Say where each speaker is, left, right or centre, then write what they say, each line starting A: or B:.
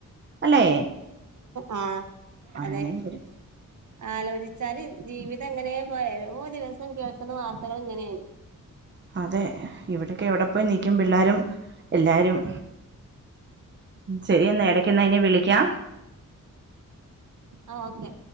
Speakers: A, on the right; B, on the right.
A: അല്ലേ
B: ആഹ്
A: അങ്ങനെയും
B: അതെ
A: വരും
B: ആലോചിച്ചാല് ജീവിതം എങ്ങനെയെ പോയാല ഓരോ ദിവസം കേൾക്കുന്ന വാർത്തകളിങ്ങനെയാണ്
A: അതെ ഇവിടക്കെ എവിടെ പോയി നിക്കും പിള്ളേരും എല്ലാരും ശരി എന്നാ എടക്ക്ന്ന ഇനി വിളിക്കാം
B: ആഹ് ഓക്കെ